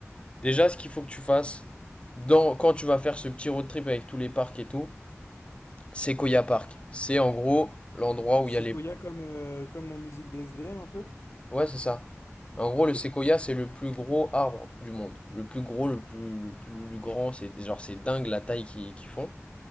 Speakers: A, on the left; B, on the left.
A: déjà, ce qu'il faut que tu fasses dans, quand tu vas faire ce petit road trip avec tous les parcs et tout, Sequoia Park. C'est en gros l'endroit où
B: C'est
A: il y a les.
B: Koya comme, euh, comme la musique des S D M un peu?
A: Ouais, c'est ça. En gros,
B: Ok,
A: le séquoia, c'est le plus gros arbre du monde. Le plus gros, le plus, le plus grand. C'est genre, c'est dingue la taille qu'ils qu'ils font.